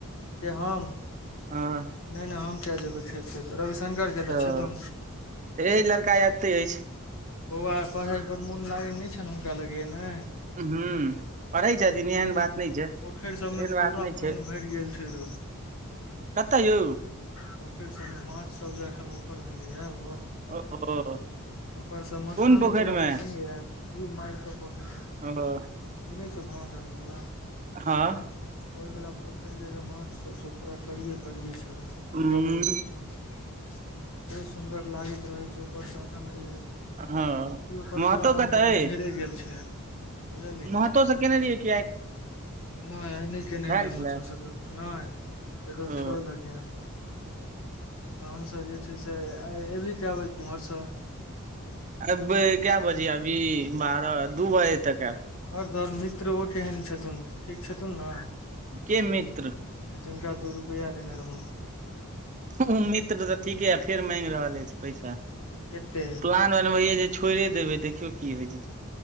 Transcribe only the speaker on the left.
से हम
नहि नहि हम किया जेबै खेत पेत तऽ रविशंकर के तऽ
छे तु
बौआ पढ़य पर मोन लागैत नहि छनि हुनका लगेय या न
जे
पोखरि सबमे
पूरा
पानि
भरि गेल छै रौ
पोखेर सब में माछ सब जे अखन ऊपर भेलै या ओ
ऊपरसँ मखाने
वाला
देखलिये यऽ इ माइर क पोखरि में
ई नहि छौ भगवान भैया सबवला
ओहिवला पोखरे जे माछसभ छै पूरा करियए करियए छै ओहि
कबय से सुन्दर लागैत रहै छै ओकर शाखा नहि आब
कुटियो पर
पूरा
आमताम
झइरे गेल छै बुझलियै
नहि आ नहि केने
रहियै महतो
स गप नहि एगो
छौ लगे तहनस जे छै से आय अयबही कए बजे ओम्हरसँ
आओर तोहर मित्र ओ केहन छथुन ठीक छथुन ने
जिनका तू रुपैआ देने रहौन
केते